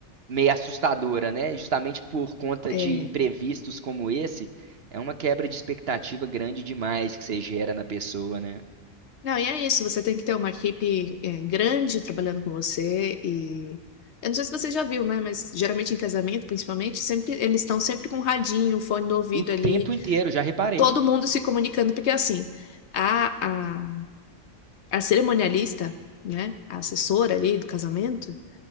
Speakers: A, on the right; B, on the left.
A: meio assustadora, né? Justamente por conta
B: É.
A: de imprevistos como esse, é uma quebra de expectativa grande demais que você gera na pessoa, né?
B: Não, e é isso, você tem que ter uma equipe é, grande trabalhando com você e. Eu não sei se você já viu, né? Mas geralmente em casamento, principalmente, sempre eles estão sempre com um radinho, fone do ouvido
A: O tempo
B: ali,
A: inteiro, já reparei.
B: todo mundo se comunicando, porque é assim. A, a a cerimonialista, né, a assessora ali do casamento,